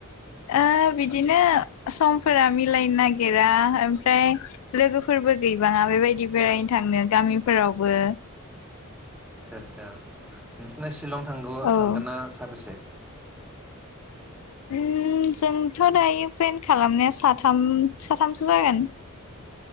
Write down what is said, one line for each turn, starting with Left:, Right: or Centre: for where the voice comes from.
Left: ओ बिदिनो समफोरा मिलायनो नागिरा ओमफ्राय लोगोफोरबो गैबाङा बेबायदि बेरायनो थांनो गामिफोरावबो
Centre: आतसा आतसा नोंसिना शिलं थांगौ
Left: औ
Centre: थांगोना सानबेसे?
Left: उम जोंथ' दायो प्लेन खालामनाया साथाम साथामसो जागोन।